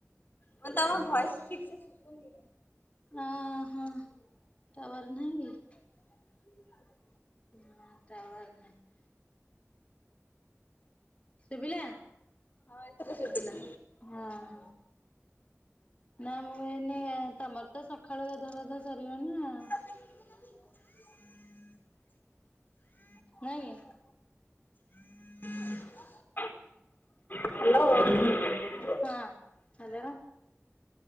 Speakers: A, on the left; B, on the left.
A: ମୁଁ ତମ ଭଏସ ଠିକ ସେ ଶୁଭୁନି।
B: ଅ ହଁ ଟୱାର ନାହିଁ କି?
A: <inaudible>
B: ହଁ ଟାୱାର ନାହିଁ। ଶୁଭିଲା।
A: ହଁ ଏଥର ଶୁଭିଲା।
B: ହଁ ହଁ। ନା ମୁଁ କଇନି ତମର ତ ସକାଳୁ ଗାଧୁଆ ପାଧୂଆ ସରିବଣିି ଆଉ।
A: ହ <inaudible>
B: ନାଇଁ କି?
A: <inaudible> ହାଲୋ।
B: ହଁ ହାଲୋ।